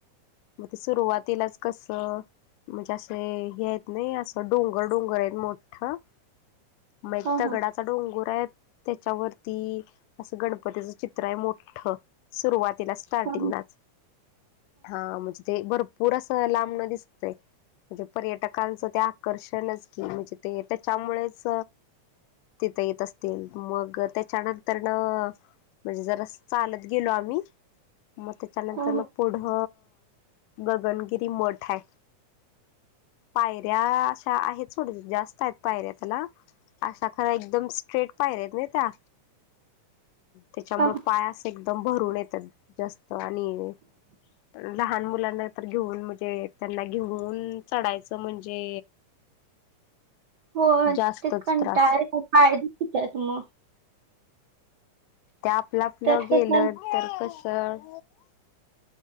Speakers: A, on the left; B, on the right.
A: मग ते सुरुवातीलाच. कस म्हणजे असे हे आहेत नाही असं डोंगर डोंगर आहेत मोठं मग
B: हा
A: दगडाचा
B: हा
A: डोंगुर आहे. त्याच्यावरती असं गणपतीच चित्र आहे मोठं सुरुवातीला- स्टार्टिंगलाच
B: हा
A: हा म्हणजे ते भरपूर असं लांबण दिसतय. म्हणजे पर्यटकांचं ते आकर्षणच की म्हणजे ते त्याच्यामुळेच. तिथे येत असतील मग त्याच्यानंतर न.. म्हणजे जरासं चालत गेलो आम्ही मग ते-.... त्यानंतर
B: हा
A: मग
B: हा
A: पुढं गगनगिरी मठ आहे पायऱ्या अशा आहेत सोडून जास्त आहेत पायऱ्या त्याला अशा खऱ्या एकदम स्ट्रेट पायऱ्या आहेत नी त्या त्याच्यामुळे-
B: हा
A: पायास- एकदम भरून येतात जास्त आणि लहान मुलांना तर एकदम. घेऊन म्हणजे त्यांना घेऊन चढायचं म्हणजे..
B: होय
A: जास्तच
B: ती कंटाळली
A: त्रास
B: पाय दुखत्यात मग-
A: ते आपलं आपलं
B: तर
A: गेलं
B: तसा
A: तर कसं